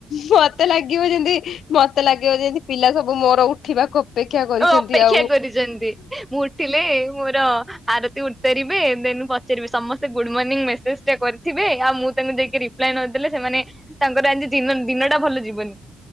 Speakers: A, on the left; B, in the centre.
A: ମତେ ଲାଗିବ ଯେମତି ମତେ ଲାଗିବ ଯେମତି ପିଲା ସ ବୁ ମୋର ଉଠିବାକୁ ଅପେକ୍ଷା କରିଛନ୍ତି
B: ଅ-ଅପେକ୍ଷା
A: ଆଉ
B: କରିଚନ୍ତି ମୁଁ ଉଠିଲେ ମୋର ଆରତି ଉତ୍ତାରିବେ ଦେନ ପଚାରିବେ ସମସ୍ତେ ଗୁଡ ମର୍ଣ୍ଣିଂ ମେସେଜ ଟା କରିଥିବେ ଆଉ ମୁଁ ତାଙ୍କୁ ଯାଇକି ରିପ୍ଲାଏ ନଦେଲେ ସେମାନେ ତାଙ୍କର ଆଜି ଦିନ ଦିନ ଟା ଭଲ ଯିବନି।